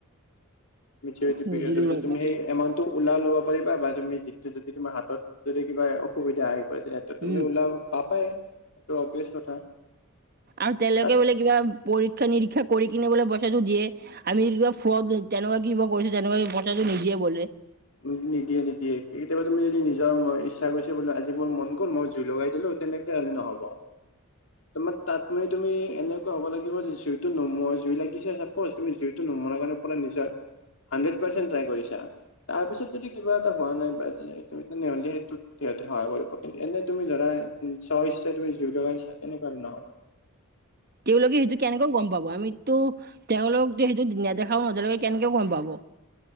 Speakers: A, on the left; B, on the right.
A: মিছৰ্টি
B: বুজিলো
A: পেৰিয়ড তাৰ পিছত
B: ৰবা
A: তুমি এমাউট - টো ওলাই ল'ব পাৰিবা বা তুমি যিটো যদি তোমাৰ হাতত যদি কিবা অসুবিধা আহি পৰে। তুমি
B: উম
A: ওলাব পাপাই সটো অভিয়াচ কথা।
B: আৰু তেওঁলোকে
A: তাত
B: বোলে কিবা পৰীক্ষা নিৰীক্ষা কৰি কিনে বোলে পইচাটো দিয়ে। আমি কিবা ফ্ৰদ তেনেকুৱা কিবা কৰিছো তেনেকুৱা পইচাটো নিজে বোলে।
A: উ নিদিয়ে নিদিয়ে কেতিয়াবা তুমি যদি নিজৰ ইচ্ছা কৰিছা বোলে আজি মোৰ মন গ'ল মই জুই লগাই দিলো তেনেকে- কেলে নহব। তোমাৰ তাত মানে তুমি এনেকুৱা হ'ব লাগিব যে জুইটো নমোৱা জুই লাগিছে চাব তুমি জুইত জুইটো নুমোৱাৰ কাৰণে পুৰা নিজা হাড্ৰেড পাৰ ট্ৰাই কৰিছা। তাৰপিছত যদি কিবা এটা হোৱা নাই বাুমি তেনেহ'লে সেইটোত সিহঁতে সহায় কৰিব কিন্তু এনে তুমি ধৰা। চ ইচ্ছে তুমি জুই লগাচছ তেনেকুৱা ধ নহ'ব।
B: তেওঁলোকে সেইটো কেনেকৈ গম পাব আমিতো তেওঁলোকতো সেইটো নেদেখাও নদলেে কেনেকে গম পাব।